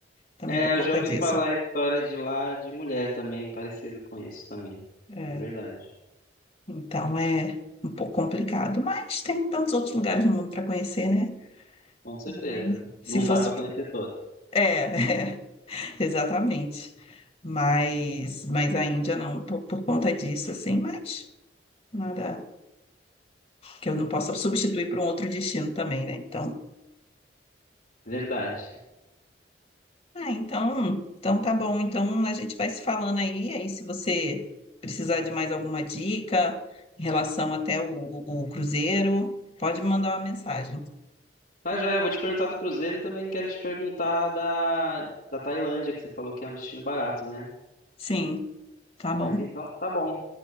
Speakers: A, on the left (about 35°); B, on the left (about 55°).
A: também
B: é,
A: por
B: eu
A: conta
B: já ouvi
A: disso.
B: falar a história de lá de mulher também, parecido com isso também.
A: É.
B: É verdade.
A: Então, é um pouco complicado. Mas tem tantos outros lugares no mundo para conhecer, né?
B: Com certeza.
A: Mas
B: Não
A: se fosse
B: dá pra conhecer todo.
A: É, <laughs> é, exatamente. Mas, mas a Índia não, por, por conta disso, assim, mas nada que eu não possa substituir por um outro destino também, né? Então,
B: Verdade.
A: ah, então, então tá bom. Então a gente vai se falando aí, aí se você precisar de mais alguma dica em relação até o, o, o cruzeiro, pode me mandar uma mensagem.
B: Tá, joia, eu vou te perguntar do Cruzeiro e também quero te perguntar da, da Tailândia, que você falou que é um destino barato, né?
A: Sim, tá bom.
B: Mas então, tá bom.